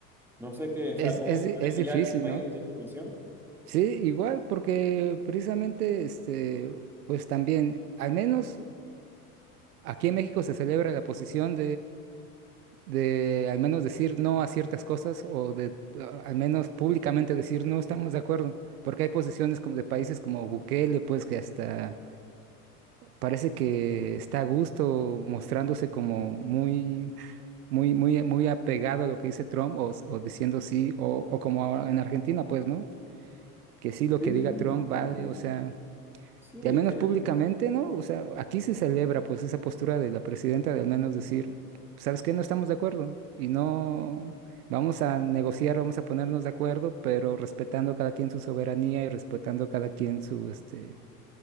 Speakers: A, in the centre; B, on the right (about 75°).
A: No sé qué, o
B: Es,
A: sea, cómo
B: es,
A: se
B: di-
A: maneja
B: es difícil,
A: allá en tu país
B: ¿no?
A: esa información.
B: Sí, igual, porque precisamente, este, pues también, al menos aquí en México se celebra la posición de al menos decir no a ciertas cosas o de a- al menos públicamente decir no estamos de acuerdo, porque hay posiciones como de países como Bukele, pues que hasta parece que está a gusto mostrándose como muy muy muy muy apegado a lo que dice Trump o, s- o diciendo sí o, o como ahora en Argentina, pues, ¿no? Que sí lo
A: Sí,
B: que diga
A: sí,
B: Trump vale,
A: tienen,
B: o sea,
A: sí,
B: y al menos
A: tienen.
B: públicamente, ¿no? O sea, aquí se celebra pues esa postura de la presidenta de al menos decir, ¿sabes qué? No estamos de acuerdo y no vamos a negociar, vamos a ponernos de acuerdo, pero respetando cada quien su soberanía y respetando cada quien su este